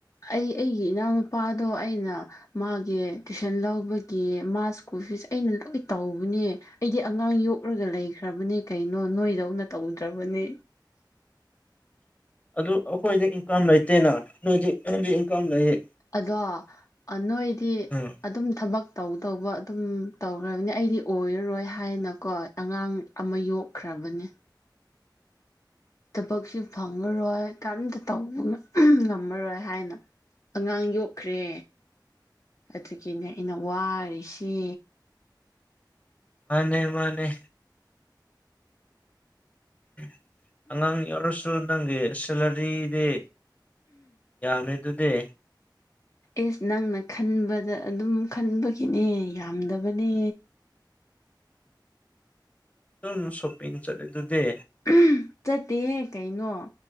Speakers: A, on the left; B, on the left.
A: ꯑꯩ ꯑꯩꯒꯤ ꯏꯅꯥꯎꯅꯨꯄꯥꯗꯣ ꯑꯩꯅ ꯃꯥꯒꯤ ꯇꯨꯏꯁꯟ ꯂꯧꯕꯒꯤ ꯃꯥ ꯁ꯭ꯀꯨꯜ ꯐꯤꯁ ꯑꯩꯅ ꯂꯣꯏ ꯇꯧꯕꯅꯦ ꯑꯩꯗꯤ ꯑꯉꯥꯡ ꯌꯣꯛꯔꯒ ꯂꯩꯈ꯭ꯔꯕꯅꯦ ꯀꯩꯅꯣ ꯅꯣꯏꯗꯧꯅ ꯇꯧꯗ꯭ꯔꯕꯅꯦ
B: ꯑꯗꯨ ꯑꯩꯈꯣꯏꯗꯤ ꯏꯟꯀꯝ ꯂꯩꯇꯦꯅ ꯅꯣꯏꯗꯤ ꯅꯪꯗꯤ ꯏꯟꯀꯝ ꯂꯩꯌꯦ
A: ꯑꯗꯣ ꯑꯥ ꯅꯣꯏꯗꯤ
B: ꯎꯝ
A: ꯑꯗꯨꯝ ꯊꯕꯛ ꯇꯧꯗꯧꯕ ꯑꯗꯨꯝ ꯇꯧꯔꯕꯅꯤ ꯑꯩꯗꯤ ꯑꯣꯏꯔꯔꯣꯏ ꯍꯥꯏꯅꯀꯣ ꯑꯉꯥꯡ ꯑꯃ ꯌꯣꯛꯈ꯭ꯔꯕꯅꯦ ꯊꯕꯛꯁꯨ ꯐꯪꯉꯔꯣꯏ ꯀꯩꯝꯇ ꯇꯧꯕ <unintelligible> ꯉꯝꯃꯔꯣꯏ ꯍꯥꯏꯅ ꯑꯉꯥꯡ ꯌꯣꯛꯈ꯭ꯔꯦ ꯑꯗꯨꯒꯤꯅꯦ ꯑꯩꯅ ꯋꯥꯔꯤꯁꯤ
B: ꯃꯥꯅꯦ ꯃꯥꯅꯦ <inaudible> ꯑꯉꯥꯡ ꯌꯥꯎꯔꯁꯨ ꯅꯪꯒꯤ ꯁꯦꯂꯔꯤꯗꯤ ꯌꯥꯝꯃꯤ ꯑꯗꯨꯗꯤ
A: ꯏꯁ ꯅꯪꯅ ꯈꯟꯕꯗ ꯑꯗꯨꯝ ꯈꯟꯕꯒꯤꯅꯦ ꯌꯥꯝꯗꯕꯅꯦ
B: ꯑꯗꯨꯝ ꯁꯣꯄꯤꯡ ꯆꯠꯂꯤꯗꯨꯗꯤ
A: <unintelligible> ꯆꯠꯇꯦꯍꯦ ꯀꯩꯅꯣ